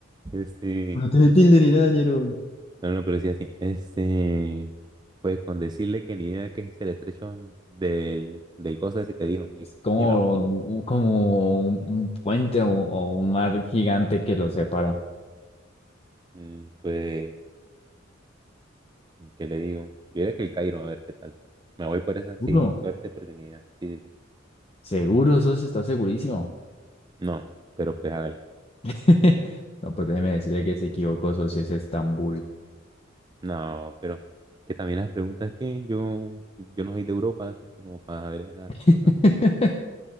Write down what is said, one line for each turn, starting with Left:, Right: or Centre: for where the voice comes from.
Right: Este,
Left: No tiene tilde ni nada, ñero.
Right: No, no, pero sí así. Este, pues con decirle que ni idea que es el estrecho del, del cosa ese que dijo, ni,
Left: Es
Right: <laughs>
Left: como,
Right: ni me acuerdo.
Left: un- como un, un puente o, o un mar gigante que los separa.
Right: Mm, pues, ¿qué le digo? Yo diría que el Cairo, a ver qué tal. Me voy por esa, sí,
Left: ¿Seguro?
Right: suerte, porque ni idea. Sí, sí, sí.
Left: Seguro, socio, está segurísimo.
Right: No, pero pues hágale.
Left: <laughs> No, pues déjeme decirle que se equivocó, socio, es Estambul.
Right: No, pero es que también las preguntas que yo, yo no soy de Europa, socio, como para saber esas
Left: <laughs>
Right: cosas.